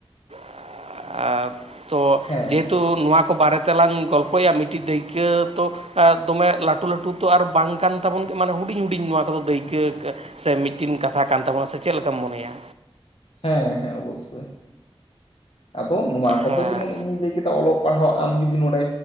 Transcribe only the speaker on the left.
ᱦᱮᱸ
ᱦᱮᱸ
ᱦᱮᱸ ᱦᱮᱸ ᱚᱵᱚᱥᱥᱳᱭ, ᱟᱫᱚ ᱱᱚᱣᱟ ᱠᱚᱫᱚ
ᱡᱮᱢᱚᱱ ᱤᱧᱤᱧ ᱞᱟᱹᱭ ᱠᱮᱫᱟ ᱯᱟᱲᱦᱟᱣ ᱟᱢ ᱡᱩᱫᱤ ᱱᱚᱰᱮ,